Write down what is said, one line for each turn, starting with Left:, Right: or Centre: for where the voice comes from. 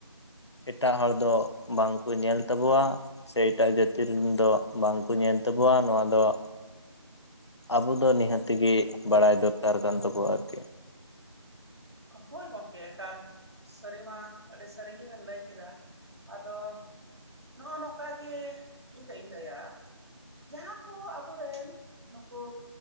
Left: ᱮᱴᱟᱜ ᱦᱚᱲ ᱫᱚ ᱵᱟᱝ ᱠᱚ ᱧᱮᱞ ᱛᱟᱵᱚᱣᱟ ᱾ ᱥᱮ ᱮᱴᱟᱜ ᱡᱟᱹᱛᱤ ᱨᱮᱱ ᱫᱚ ᱵᱟᱝᱠᱚ ᱧᱮᱞ ᱛᱟᱵᱚᱣᱟ ᱱᱚᱣᱟ ᱫᱚ ᱾ ᱟᱵᱚ ᱫᱚ ᱱᱤᱦᱟᱹᱛᱜᱮ ᱵᱟᱲᱟᱭ ᱫᱚᱨᱠᱟᱨ ᱠᱟᱱ ᱛᱟᱵᱚᱣᱟ ᱟᱨᱠᱤ ᱾
Right: ᱦᱳᱭ ᱜᱚᱢᱠᱮ ᱮᱠᱟᱞ ᱾ ᱥᱟᱹᱨᱤ ᱢᱟ ᱟᱹᱰᱤ ᱥᱟᱹᱨᱤ ᱜᱮᱵᱤᱱ ᱞᱟᱹᱭ ᱠᱮᱫᱟ, ᱟᱫᱚᱼᱼ ᱱᱚᱜᱼᱚ ᱱᱚᱝᱠᱟ ᱜᱮ ᱤᱧ ᱫᱚᱧ ᱞᱟᱹᱭᱟᱼᱼ ᱡᱟᱦᱟᱸ ᱠᱚ ᱦᱚᱸ ᱟᱵᱚᱨᱮᱱ ᱱᱩᱠᱩᱼᱼᱟ